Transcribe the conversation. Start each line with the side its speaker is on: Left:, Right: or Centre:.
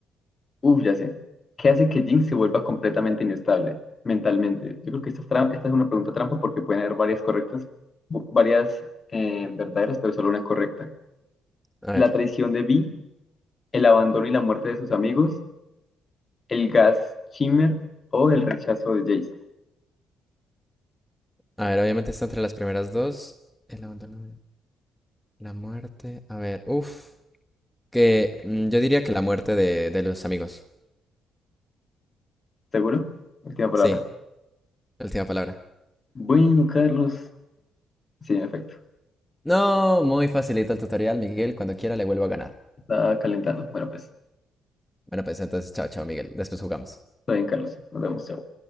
Left: uff, ya sé. ¿Qué hace que Jinx se vuelva completamente inestable mentalmente? Yo creo que esta es, tra- esta es una pregunta trampa porque pueden haber varias correctas, bu- varias eh, verdaderas, pero solo una correcta.
Centre: a
Left: La
Centre: ver.
Left: traición de Vi, el abandono y la muerte de sus amigos, el gas Shimmer o el rechazo de Jace.
Centre: A ver, obviamente está entre las primeras dos. El abandono, la muerte. A ver, uff. Que mm, yo diría que la muerte de, de los amigos.
Left: ¿Seguro? Última palabra.
Centre: Sí, última palabra.
Left: Bueno, Carlos. Sí, en efecto.
Centre: No, muy facilita el tutorial, Miguel. Cuando quiera le vuelvo a ganar.
Left: Está calentando. Bueno, pues,
Centre: Bueno, pues entonces, chao, chao, Miguel. Después jugamos.
Left: está bien, Carlos. Nos vemos. chao.